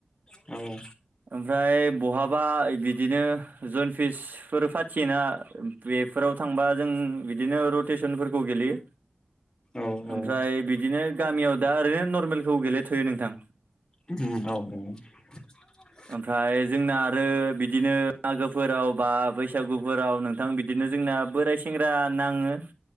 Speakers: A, on the left; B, on the right.
A: औ
B: ओमफ्राय बहाबा ओइ बि बिदिनो जन फिसफोर फाथियोना बेफोराव थांबा जों बिदिनो रड टेसनफोरखौ गेलेयो
A: औ औ
B: ओमफ्राय बिदिनो गामियाव दा ओरैनो नरमेलखौ गेलेथ'यो नोंथां
A: औ औ <inaudible>
B: ओमफ्राय जोंना आरो बिदिनो मागोफोराव बा बैसागुफोराव नों थां बिदिनो जोंना बोराय सेंग्रा नाङो